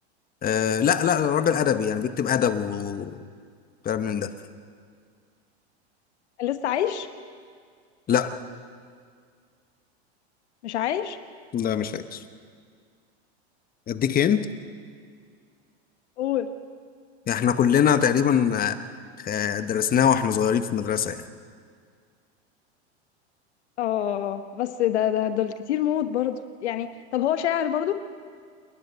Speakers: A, on the left; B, on the left.
A: آه لا لا راجل ادبي يعني بيكتب ادب وكلام من ده
B: لسه عايش
A: لا
B: مش عايش
A: لا مش عايز اديك هنت
B: قول
A: يعني احنا كلنا تقريبا آه، آه، درسناه واحنا صغيرين في المدرسة يعني
B: اه بس ده ده دول كتير موت برضو يعني طب هو شاعر برضو